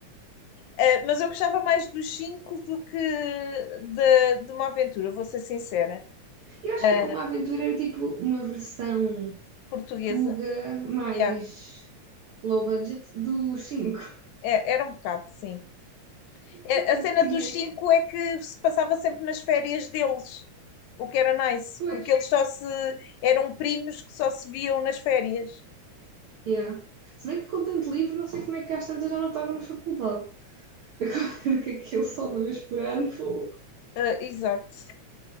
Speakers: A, on the left (about 80°); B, on the right (about 75°).
A: Uh, mas eu gostava mais dos cinco do que de, de uma aventura, vou ser sincera,
B: Eu acho
A: uh,
B: que Uma Aventura era tipo uma versão
A: portuguesa.
B: Tuga mais
A: Yeah.
B: low budget dos Cinco. <laughs>
A: É, era um bocado, sim. É,
B: Eu
A: a cena
B: tinha,
A: dos cinco é que se passava sempre nas férias deles, o que era nice,
B: pois,
A: porque eles só se eram primos que só se viam nas férias.
B: yeah. Se bem que com tanto livro, não sei como é que às tantas já não estava na faculdade. <laughs> Agora que aquilo só uma vez por ano, fogo.
A: Ah, exato.